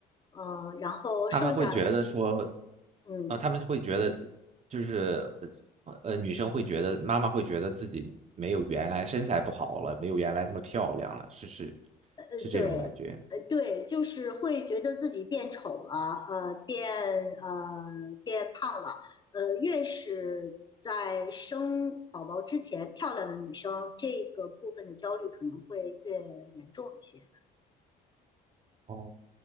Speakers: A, on the left; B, on the right.
A: 呃，然后剩下
B: 他们会觉得说，
A: 嗯
B: 啊、他们会觉得就是呃呃女生会觉得妈妈会觉得自己没有原来身材不好了，没有原来那么漂亮了，是是
A: 呃，
B: 是这种感觉。
A: 对，呃，对，就是会觉得自己变丑了，呃，变呃变胖了，呃，越是在生宝宝之前漂亮的女生，这个部分的焦虑可能会越严重一些。
B: 哦，